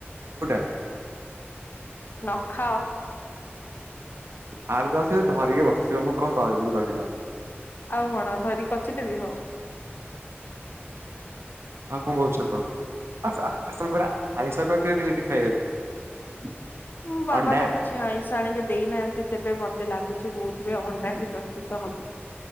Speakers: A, on the right; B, on the left.
A: କୋଉଟା?
B: ନଖାଅ
A: <unintelligible> ସେ ଧରିକି ବସିବ ମୁଁ କଣ କରିବି କହିଲ?
B: ଆଉ କଣ ଧରି କି କଚିଦେବି ହୋଉ।
A: ନା କଣ କୋହୁଚ କୁହ ଆଜି ତମ ଘରେ ଆଇଁଷ କଣ କରିଥିଲେ ଖାଇବାକୁ?
B: ମୋ ବାବା
A: ଅଣ୍ଡା
B: ତ କିଛି ଆଇଁଷ ଆଣିକି ଦେଇନାହାନ୍ତି ତେବେ ମତ୍ ମତେ ଲାଗୁଚି ବୋଧ୍ ହୁଏ ଅଣ୍ଡା ହିଁ ପ୍ରସ୍ତୁତ ହବ।